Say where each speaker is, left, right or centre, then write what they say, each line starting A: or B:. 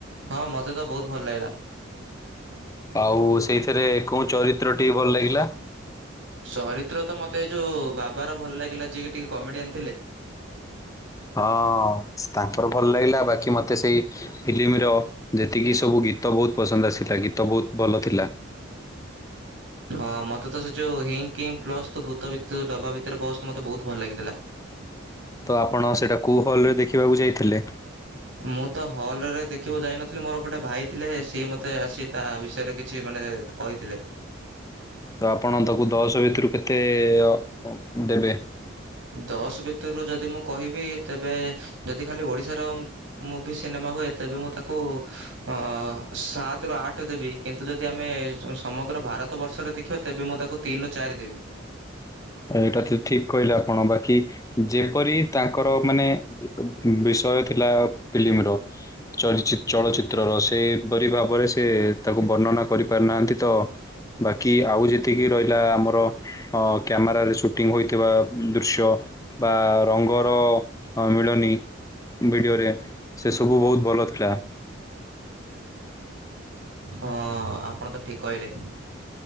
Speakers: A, on the right; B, on the left.
A: ହଁ ମୋତେ ତ ବହୁତ ଭଲ ଲାଗିଲା
B: ଆଉ ସେଇଥିରେ କୋଉ ଚରିତ୍ରଟିି ଭଲ ଲାଗିଲା
A: ଚରିତ୍ର ତ ମତେ ଏ ଯୋଉ ବାବାର ଭଲ ଲାଗିଲା ଯିଏ କି ଟିକେ କମେଡିଆନ୍ ଥିଲେ
B: ହଁ ତାଙ୍କର ଭଲ ଲାଗିଲା ବାକି ମତେ ସେଇ ଫିଲ୍ମ ମେର ଯେତିକି ସବୁ ଗୀତ ବହୁତ ପସନ୍ଦ ଆସିଥିଲା ଗୀତ ବହୁତ ଭଲ ଥିଲା
A: ହଁ ମୋତେ ତ ସେ ଯୋଉ ହିଙ୍ଗ କିଙ୍ଗ ପ୍ଲସ୍ ତୁ ଭୂତ ଡବା ଭିତରେ ବସ ମୋତେ ବହୁତ ଭଲ ଲାଗିଥିଲା
B: ତ ଆପଣ ସେଇଟା କଉ ହଲ ରେ ଦେଖିବାକୁ ଯାଇଥିଲେ
A: ମୁଁ ତ ହଲରେ ଦେଖିବକୁ ଯାଇନଥିଲି ମୋର ଗୋଟେ ଭାଇ ଥିଲେ ସିଏ ମୋତେ ଆସି ତା ବିଷୟରେ କିଛି ମାନେ କହିଥିଲେ
B: ତ ଆପଣ ତାକୁ ଦଶ ଭିତରୁ କେତେ <inaudible> ଦେବେ
A: ଦଶ ଭିତରୁ ଯଦି ମୁଁ କହିବି ତେବେ ଯଦି ଖାଲି ଓଡିଶାର ମୁଁଭି ସିନେମା ହୁଏ ତେବେ ମୁଁ ତାକୁ ଆସାତରୁୁ ଆଠ ଦେବି କିନ୍ତୁ ଯଦି ଆମେ ସମଗ୍ର ଭାରତ ବର୍ଷରେ ଦେଖିବା ତେବେ ମୁଁ ତାକୁ ତିନିରୁ ଚାରି ଦେବି
B: ଏଇଟା ତ ଠିକ କହିଲେ କଣ ବାକି ଯେପରି ତାଙ୍କର ମାନେ ବିଷୟ ଥିଲା ଫିଲ୍ମମିର। ଚରିଚି ଚଳଚ୍ଚିତ୍ରର ସେହିପରି ଭାବରେ ସେ ତାକୁ ବର୍ଣ୍ଣନା କରିପାରିନାହାନ୍ତି। ତ ବାକି ଆଉ ଯେତିକି ରହିଲା ଆମର ଅ ସୁଟିଙ୍ଗି ହୋଇଥିବା ଦୃଶ୍ୟ ବା ରଙ୍ଗର ମିଳନି। ଭିଡ଼ିଓରେ ସେ ସବୁ ବୋହୁତୁ ଭଲ ଥିଲା।
A: ହଁ ଆପଣ ତ ଠିକ୍ କହିଲେ।